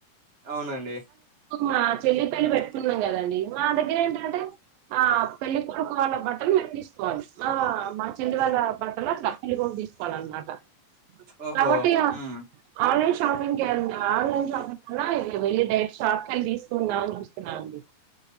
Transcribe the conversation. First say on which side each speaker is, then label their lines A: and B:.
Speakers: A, on the right; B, on the right.
A: అవునండి
B: మా చెల్లి పెళ్లి పెట్టుకున్నాం కదండి మా దగ్గర ఏంటంటే ఆ పెళ్లికొడుకు వాళ్ళ బట్టలు మ తీసుకోవాలి మా మా చెల్లి వాళ్ళ బట్టలు అ పెళ్లికడుకు తీసుకోవాలి అనమాట
A: ఓహో
B: కాబట్టి
A: హ్మ్
B: అష్ షాపిగ్ క ఆన్లైన్ షాపింగ్ వెళ్ న షాక్లు తీసుకున్నాాంని చూస్తున్నాం అండి